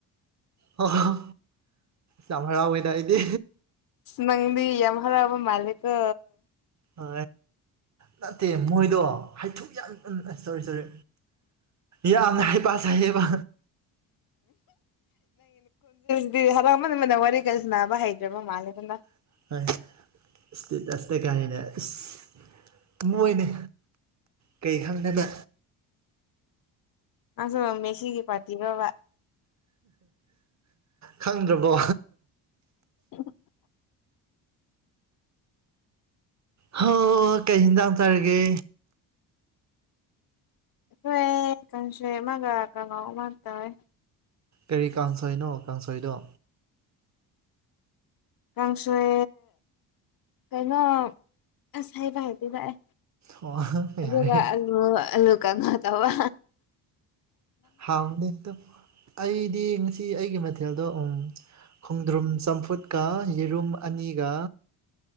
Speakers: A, on the right; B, on the left.
A: ꯑꯣ ꯌꯥꯝ ꯍꯔꯥꯎꯋꯦꯗ ꯑꯩꯗꯤ
B: ꯅꯪꯗꯤ ꯌꯝ ꯍꯔꯥꯎꯕ ꯃꯥꯜꯂꯦꯀꯣ
A: ꯍ ꯅꯠꯇꯦ ꯃꯣꯏꯗꯣ ꯍꯥꯏꯊꯨ ꯌꯥꯝ ꯁꯣꯔꯤ ꯁꯣꯔꯤ ꯌꯥꯝꯅ ꯍꯩꯄꯥ ꯁꯥꯏꯌꯦꯕ
B: ꯑꯗꯨꯗꯤ ꯍꯔꯥꯎꯃꯟꯕꯒꯤ ꯋꯥꯔꯤ ꯀ ꯁꯅꯥꯕ ꯍꯩꯇ꯭ꯔꯕ ꯃꯥꯜꯂꯦꯗ ꯅꯪ
A: <unintelligible> ꯃꯣꯢꯅꯦ ꯀꯩ ꯈꯪꯗꯅ
B: ꯅꯪꯁꯨ ꯃꯦꯁꯤꯒꯤ ꯄꯔꯇꯤꯔꯣꯕ
A: ꯈꯪꯗ꯭ꯔꯕꯣ
B: <unintelligible>
A: ꯍꯣ ꯀꯩ ꯍꯤꯡꯖꯥꯡ ꯆꯥꯔꯤꯒꯦ
B: ꯑꯩꯈꯣꯏ ꯀꯥꯡꯁꯣꯏ ꯑꯃꯒ ꯀꯉꯧ ꯑꯃ ꯇꯧꯋꯦ
A: ꯀꯔꯤ ꯀꯥꯡꯁꯣꯏꯅꯣ ꯀꯥꯡꯁꯣꯏꯗꯣ
B: ꯀꯥꯡꯁꯣꯏ ꯀꯩꯅꯣ ꯑꯁ ꯍꯥꯏꯕ ꯍꯩꯇꯦꯗ ꯑꯩ
A: ꯑꯣ
B: ꯑꯗꯨꯒ
A: ꯌꯥꯔꯦ
B: ꯑꯜꯂꯨ ꯑꯜꯂꯨ ꯀꯥꯡꯉꯧ ꯇꯧꯋꯦ
A: ꯍꯥꯎꯅꯤꯗ ꯑꯩꯗꯤ ꯉꯁꯤ ꯑꯩꯒꯤ ꯃꯊꯦꯜꯗꯣ ꯎꯝ ꯈꯣꯡꯗ꯭ꯔꯨꯝ ꯆꯝꯐꯨꯠꯀ ꯌꯦꯔꯨꯝ ꯑꯅꯤꯒ